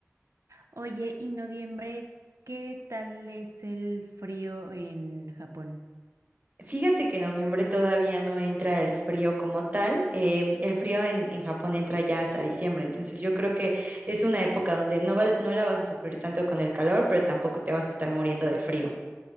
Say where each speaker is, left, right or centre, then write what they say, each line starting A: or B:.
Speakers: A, on the right; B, on the right.
A: Oye, ¿y noviembre qué tal es el frío en Japón?
B: Fíjate que en noviembre todavía no entra el frío como tal. eh, el frío en, en Japón entra ya hasta diciembre. Entonces yo creo que es una época donde no, val- no la vas a sufrir tanto con el calor, pero tampoco te vas a estar muriendo de frío.